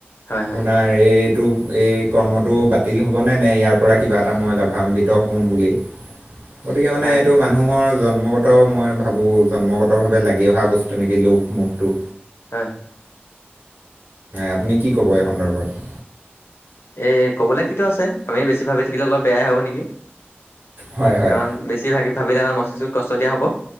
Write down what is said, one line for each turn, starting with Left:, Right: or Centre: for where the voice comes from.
Left: হয়
Right: আপোনাৰ
Left: হয় হয়।
Right: এই টো এই কৰ্মটো বাতিল হ'বনে নে ইয়াৰ পৰা কিবা এটা মই লাভান্বিত হম বুলি গতিকে মানে
Left: হয়
Right: এইটো মানুহৰ জন্মগত মই ভাবোঁ। জন্মগত ভাৱে লাগি অহা বস্তু নেকি লোভ মোহটো
Left: হয়
Right: আপুনি কি ক'ব এই সন্দৰ্ভত
Left: এ কবলে কিটো আছে আমি বেছি ভাবি থাকিলে অলপ বেয়াই হব নেকি?
Right: হয় হয়
Left: কাৰণ বেছি ভি ভাবিলে মস্তিষ্ত কষ্ট দিয়া হব